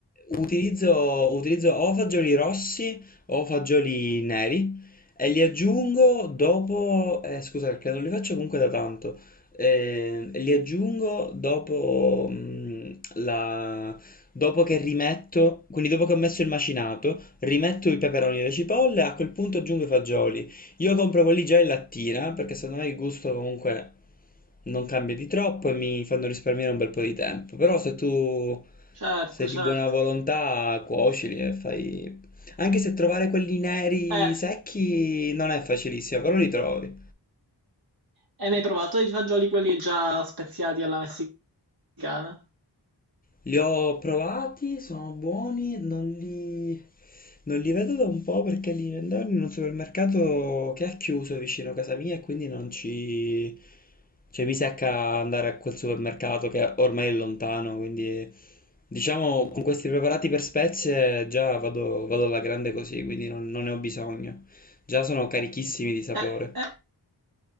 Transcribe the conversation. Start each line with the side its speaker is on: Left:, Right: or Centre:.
Left: Utilizzo, utilizzo o fagioli rossi o fagioli neri e li aggiungo dopo, eh, scusa perché non li faccio comunque da tanto, Eh, li aggiungo dopo, mm, la, dopo che rimetto, quindi dopo che ho messo il macinato, rimetto i peperoni e le cipolle, a quel punto aggiungo i fagioli. Io compro quelli già in lattina perché secondo me il gusto comunque non cambia di troppo e mi fanno risparmiare un bel po' di tempo. Però se tu
Right: Certo,
Left: sei
Right: certo.
Left: di buona volontà, cuocili e fai... Anche se trovare quelli neri
Right: Eh,
Left: secchi non è facilissimo, però li trovi.
Right: e mi hai provato i fagioli quelli già speziati alla messicana?
Left: Li ho provati, sono buoni, non li, non li vedo da un po' perché li vendono in un supermercato che ha chiuso vicino a casa mia e quindi non ci... Cioè mi secca andare a quel supermercato che ormai è lontano, quindi diciamo con questi preparati per spezie già vado, vado alla grande così, quindi non, non ne ho bisogno. Già sono carichissimi di sapore.
Right: Eh, eh.